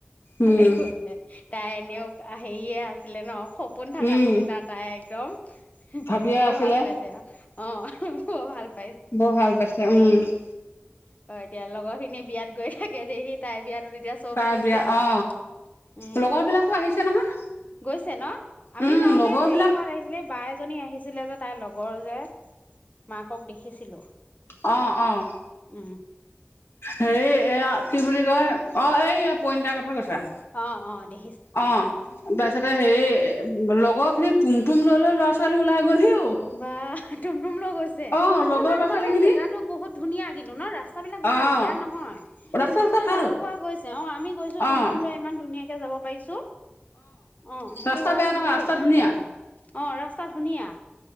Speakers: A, on the left; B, on the left.
A: ভালেই
B: উম
A: কৰিলে তাই এনেও আহ । হেৰিয়ে আছিলে ন সপোন থাকা
B: উম
A: নিচিনা তাই। দম
B: ভাবিয়ে
A: বৰ
B: আছিলে
A: ভাল পাইছে আহ অ হো হো ভাল ।
B: বৰ ভাল পাইছে উম।
A: অ এতিয়া লগৰ খিনি বিয়াত গৈ থাকে দেহি তাইৰ বিয়াত। এতিয়া চব
B: তাই
A: আহিছে
B: বিয়া
A: আৰু
B: অ
A: উম
B: লগৰ বিলাকো আহিছে নহয়
A: গৈছে ন আমি
B: উম
A: যাওতে
B: লগৰ
A: হেৰিহঁত
B: বিলাক
A: আহিছিলে বা এজনী আহিছিলে যে। তাইৰ লগৰ যে মাকক দেখিছিলো।
B: অঁ অঁ
A: উম
B: হেৰি এই কি বুলি কয় অঁ এই পইন্তাৰ কথা কৈছা।
A: অ অ দে।
B: অ তাৰপিছতে হেৰি। লগৰ খিনি তুমটুম লৈ লৈ ল'ৰা ছোৱালী ওলাই গ'লহি। অ'।
A: বা তুম তুম লগ গৈছে
B: অ' লগৰ
A: নহয়
B: ল'ৰা
A: তোমালোকৰ
B: ছোৱালী খিনি
A: জেগাতো বহুত ধুনীয়া কিন্তু ন ৰাস্তা। ৰাস্ত বিলাক ভাল
B: অ'
A: বেয়া নহয়
B: ৰাস্তা
A: তুমটুম
B: চাস্তা
A: লৈ
B: ভাল
A: যাব পৰা গৈছে অ আমি গৈছো
B: অ'
A: তুমটুম লৈ ইমান ধুনীয়া। ধুনীয়াকে যাব পাৰিছো। অ সেইটো
B: ৰাস্তা
A: হয়
B: বেয়া
A: কিন্তু
B: নহয়
A: দেই
B: ৰাস্তা ধুনীয়া
A: অ ৰাস্তা ধুনীয়া